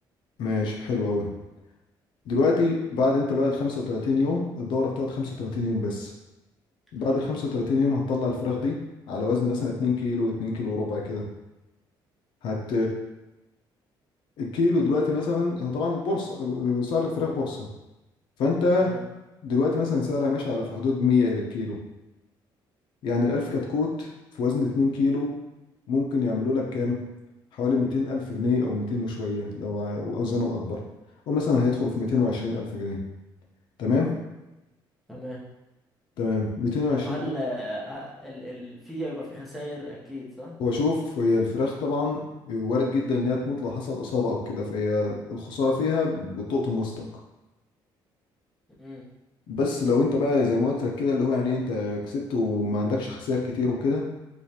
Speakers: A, on the left (about 65°); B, in the centre.
A: ماشي حلو قوي دلوقتي بعد انت بقى ال 35 يوم الدوره بتقعد 35 يوم بس بعد
B: حلو
A: ال 35 يوم هتطلع الفراخ دي على وزن مثلا 2 كيلو 2 كيلو وربع كده هت
B: امم
A: الكيلو دلوقتي مثلا هو طبعا البورصه سعر الفراخ بورصه فانت
B: تمام
A: دلوقتي مثلا سعرها ماشي على في حدود 100 للكيلو يعني الألف كتكوت في وزن 2 كيلو ممكن يعملوا لك كام حوالي 200 ألف جنيه أو 200 وشوية لو ع- أو أوزانه أكبر أو مثلا هيدخل في 220 ألف جنيه تمام
B: تمام
A: تمام 220
B: طب هل
A: ألف
B: آه، ال ال في يبقى في خسائر اكيد صح
A: هو شوف هي الفراخ طبعا وارد جدا إنها تموت لو حصل إصابة أو كده فهي الخسارة فيها بتقطم وسطك
B: امم
A: بس لو انت بقى زي ما قلت لك كده اللي هو يعني إيه، انت كسبت وما عندكش خسائر كتير وكده